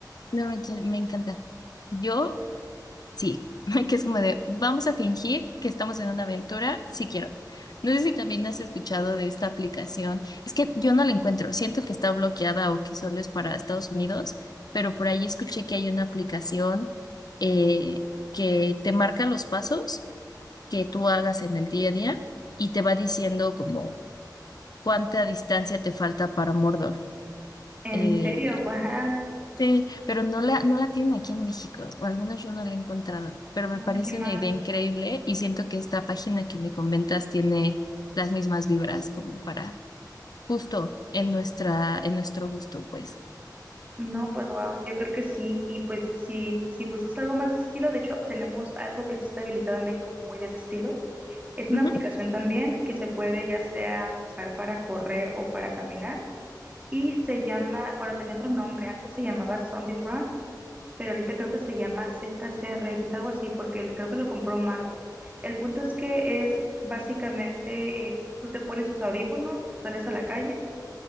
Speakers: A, on the left (about 60°); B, on the right (about 20°).
A: No, me, me encanta. Yo Sí, <laughs> que es como de, vamos a fingir que estamos en una aventura, si quiero. No sé si también has escuchado de esta aplicación. Es que yo no la encuentro, siento que está bloqueada o que solo es para Estados Unidos, pero por ahí escuché que hay una aplicación eh, que te marca los pasos que tú hagas en el día a día y te va diciendo como cuánta distancia te falta para Mordor.
B: En
A: Eh,
B: serio, <laughs> wow.
A: Sí, pero no la, no la tienen aquí en México, o al menos yo no la he encontrado, pero me
B: Ay,
A: parece
B: qué mal.
A: una idea increíble y siento que esta página que me comentas tiene las mismas vibras como para justo en nuestra, en nuestro gusto, pues.
B: No, pues wow, yo creo que sí. Y pues si, si buscas algo más de ese estilo, de hecho tenemos algo que está habilitado en México muy de ese estilo Es una
A: Ujú.
B: aplicación
A: <laughs>
B: también que se puede ya sea usar para correr o para caminar y se llama, bueno, tenía otro nombre, antes se llamaba Zombies Run, pero ahorita creo que se llama ZCRX, algo así, porque el- creo que lo compró Marvel. El punto es que es básicamente, eh, tú te pones tus audífonos, sales a la calle